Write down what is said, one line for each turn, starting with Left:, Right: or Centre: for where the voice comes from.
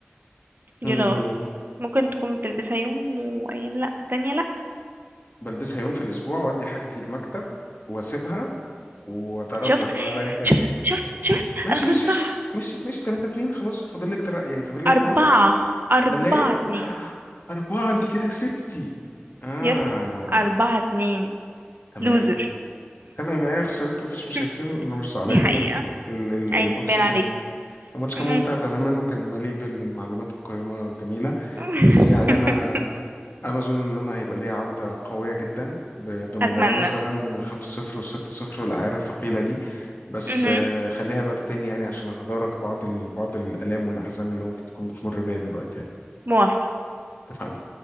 Left: مم.
Right: دي الغلط ممكن تكون بتلبسها يوم وأيام لأ تانية لأ
Left: بلبسها يوم في الاسبوع وادي حاجتي المكتب واسيبها واتردد
Right: شفت
Left: بقى رايح جاي
Right: شفت شفت شفت
Left: ماشي
Right: أنا كنت
Left: ماشي ماشي
Right: صح
Left: ماشي ماشي 3 2 خلاص فاضل لك در... يعني فاضل لك
Right: أربعة
Left: دوره
Right: أربعة
Left: هلاقي
Right: اتنين
Left: <gasps> أربعة أنت كده كسبتي آه
Right: يس أربعة اتنين
Left: تمام
Right: لوزر
Left: تمام يعني أنا خسرت مفيش مشاكل
Right: <laughs>
Left: أنا مش زعلان
Right: دي حقيقة
Left: ال- ال-
Right: عادي
Left: الماتش
Right: باين
Left: كان
Right: عليك
Left: الماتش كان
Right: مهم.
Left: ممتع تماما وكان مليء بالمعلومات القيمة الجميلة
Right: <laughs>
Left: بس يعني أنا انا اظن ان انا هيبقى ليا عوده قويه جدا ب- بمباراه
Right: أتمنى
Left: مثلا من الخمسة صفر والستة صفر والاعيره الثقيله دي بس
Right: مهم.
Left: آه، خليها لوقت تاني يعني عشان نتدارك بعض ال... بعض الالام والاحزان اللي ممكن تكون بتمر بيها دلوقتي يعني
Right: موافقة
Left: اتفقنا